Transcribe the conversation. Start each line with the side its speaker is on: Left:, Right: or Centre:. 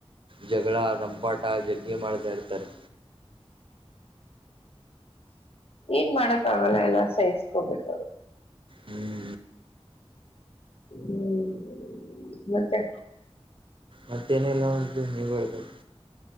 Right: ಜಗಳಾ ರಂಪಾಟ ಜಗ್ಗಿ ಮಾಡಿದೇ ಅರ್ತಾರೆ
Left: ಏನ್ ಮಾಡಕ್ ಆಗಲ್ಲ ಎಲ್ಲ ಸಹಿಸಕೊಬೇಕ
Right: ಹ್ಮ್
Left: ಹ್ಮ್ ಮತ್ತೆ
Right: ಮತ್ತೇನಿಲ್ಲ ನೋಡ ನೀವು ಹೇಳ್ಬೇಕು